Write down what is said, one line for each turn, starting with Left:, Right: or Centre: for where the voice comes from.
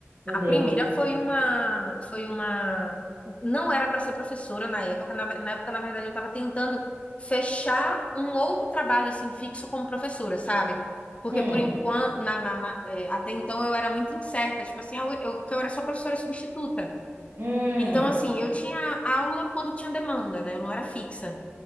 Right: Meu
Left: A
Right: Deus.
Left: primeira foi uma foi uma não era para ser professora na época, na, ve- na época na verdade eu estava tentando fechar um outro trabalho assim fixo como professora, sabe? Porque
Right: Hum,
Left: por enquanto na, na- na- eh, até então eu era muito incerta, tipo assim, ah, eu, eu, que eu era só professora substituta.
Right: hum,
Left: Então, assim, eu tinha aula quando tinha demanda, né? Eu não era fixa.